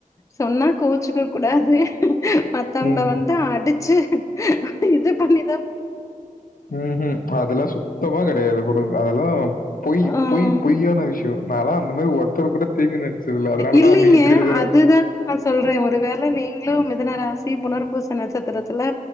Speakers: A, on the left; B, on the left.
A: சொன்னா கோசிக்க கூடாது மத்தவங்கள
B: ம்,
A: வந்து அடிச்சு இது பண்ணி
B: ம் ம் அதல்லாம் சுத்தமா கெடையாது அதெல்லாம் பொய்
A: ஆ
B: பொய் பொய்யான விஷ் யம் நாலா அந்த மாரி ஒருத்தர்ரு கூட தீங்கு நினைச்சதுல்ல அதனால
A: இல்லைங்க.
B: தான் நாம் இப்டி இருக்கிற
A: அதுதான் நான் சொல்றேன் ஒரு வேளை நீங்களும் மிதனராசி புனர்பூச நட்சத்திரத்தில்